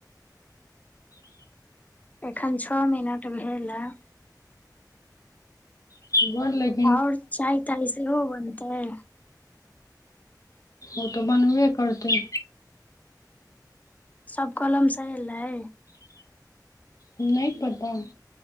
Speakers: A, on the left; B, on the left.
A: एखन छओ मिनट भेल हं
B: गोर लग
A: आओर चाय ताय सेहो बनतै
B: ओ तऽ बनबे करतै
A: सब कलम स एलै
B: नहि पता